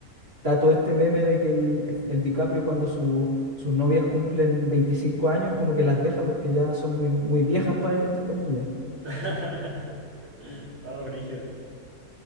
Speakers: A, on the right; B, on the right.
A: Está todo este meme de que el, el- el DiCaprio cuando su- sus novias cumplen 25 años, como que las deja porque ya son muy, muy viejas para él, entre comillas.
B: <laughs> Ah, brígido.